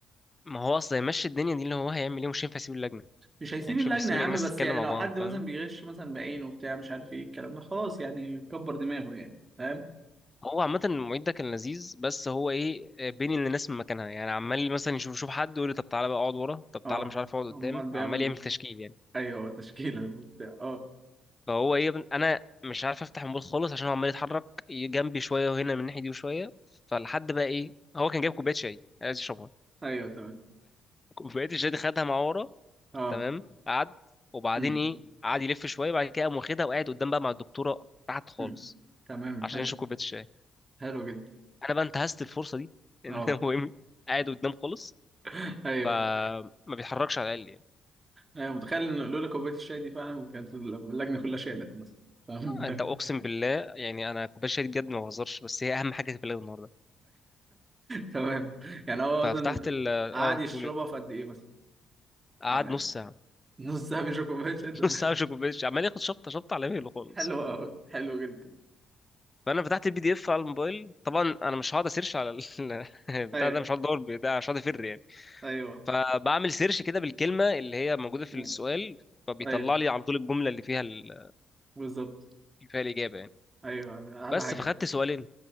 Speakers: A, on the left; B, on the right.
A: ما هو اصلا يمشي الدنيا دي اللي هو هيعمل ايه مش هينفع يسيب اللجنه
B: مش هيسيب
A: يعني مش
B: اللجنة
A: هينفع يسيب
B: يا
A: اللجنه
B: عم
A: الناس
B: بس
A: تتكلم
B: يعني
A: مع
B: لو
A: بعض
B: حد مثلا
A: فاهم
B: بيغش مثلا بعينه وبتاع مش عارف ايه الكلام ده خلاص يعني كبر دماغه يعني فاهم
A: هو عامة المعيد ده كان لذيذ بس هو ايه آه، بين الناس من مكانها يعني عمال مثلا يشوف يشوف حد يقول لي طب تعالى بقى اقعد ورا طب
B: اه
A: تعالى مش عارف اقعد
B: امال
A: قدام
B: بيعمل
A: عمال يعمل تشكيل
B: <laughs>
A: يعني
B: ايوه تشكيلة وبتاع اه
A: فهو ايه يا ابني، انا مش عارف افتح الموبايل خالص عشان هو عمال يتحرك جنبي شويه وهنا من الناحيه دي وشويه فلحد بقى ايه هو كان جايب كوبايه شاي عايز يشربها
B: ايوه تمام
A: كوبايه الشاي دي خدها مع ورا
B: اه
A: تمام قعد وبعدين
B: امم
A: ايه قعد يلف شويه بعد كده قام واخدها وقاعد قدام بقى مع الدكتوره تحت خالص
B: امم تمام
A: عشان
B: حلو
A: يشرب كوبايه الشاي
B: حلو جدا
A: انا بقى انتهزت الفرصه دي <laughs> ان
B: اه
A: هو إيه، قاعد قدام خالص
B: <laughs> ايوه
A: فما بيتحركش على الاقل يعني
B: ايوه متخيل ان لولا كوبايه الشاي دي فعلا كانت اللجنه كلها شالت مثلا فاهم
A: انت
B: <laughs>
A: اقسم بالله يعني انا كوبايه الشاي دي بجد ما بهزرش بس هي اهم حاجه في البلد النهارده
B: تمام يعني هو
A: ففتحت
B: مثلا
A: ال اه
B: قعد يشربها
A: تقول ايه
B: في قد ايه مثلا
A: قعد
B: يعني
A: نص ساعه
B: نص ساعه بيشرب كوبايه شاي
A: <laughs>
B: ده
A: نص
B: <laughs>
A: ساعه مش كوبايه الشاي عمال ياخد شطه شطه على مهله خالص
B: حلو قوي حلو جدا
A: فانا فتحت البي دي اف على الموبايل طبعا انا مش هقعد اسيرش على البتاع
B: ايوه
A: <laughs> ده مش هقعد ادور بتاع مش هقعد افر يعني
B: ايوه
A: فبعمل سيرش كده بالكلمه اللي هي موجوده في
B: مم.
A: السؤال فبيطلع
B: ايوه
A: لي على طول الجمله اللي فيها ال...
B: بالظبط
A: اللي فيها الاجابه يعني
B: ايوه
A: بس
B: احلى حاجه
A: فخدت سؤالين